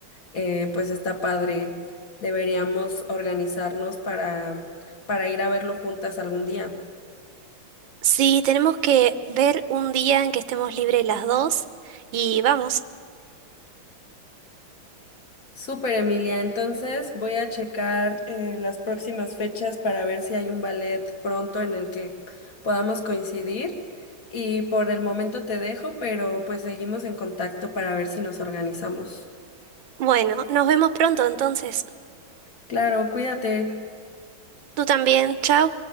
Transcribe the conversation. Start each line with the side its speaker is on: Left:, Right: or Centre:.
Left: eh, pues está padre. Deberíamos organizarnos para, para ir a verlo juntas algún día.
Right: Sí, tenemos que ver un día en que estemos libres las dos y vamos.
Left: Súper, Emilia. Entonces voy a checar eh, las próximas fechas para ver si hay un ballet pronto en el que podamos coincidir. Y por el momento te dejo, pero pues seguimos en contacto para ver si nos organizamos.
Right: Bueno, nos vemos pronto entonces.
Left: Claro, cuídate.
Right: Tú también, chao.